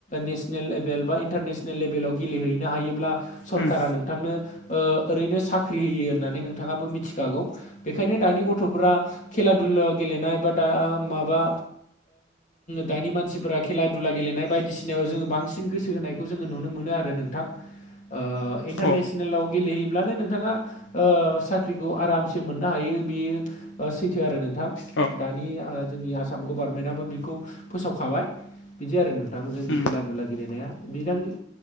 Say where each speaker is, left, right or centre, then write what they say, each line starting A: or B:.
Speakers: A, on the left; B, on the left.
A: नेसनेल लेभेल बा इन्टारनेसनेल लेभेलाव गेलेहैनो हायोब्ला सरकारा
B: उम
A: नों नोंथांनो ओरैनो साख्रि होयो होननानै नोंथाङाबो मिथिखागौ बेखायनो दानि गथ'फोरा खेला दुलायाव गेलेनाय बा दा माबा दानि मानसिफोरा खेला दुला गेलेनाय बायदिसिनायाव जोङो बांसिन गोसो होनाय खौ जोङो नुनो मोनो आरो नोंथां ओ इनटारनेेस
B: औ
A: नेलाव गेलेहैयोब्लानो नोंथाङा साख्रिखौ आरामसे मोननो हायो बियो सैथो आरो नोंथां
B: औ
A: दानि जोंनि आसाम गभारनमेन्टआबो बेखौ फोसावखाबाय बिदि आरो नोंथां जोंनि
B: उम
A: खेला दुला गेलेनाया बिदांनि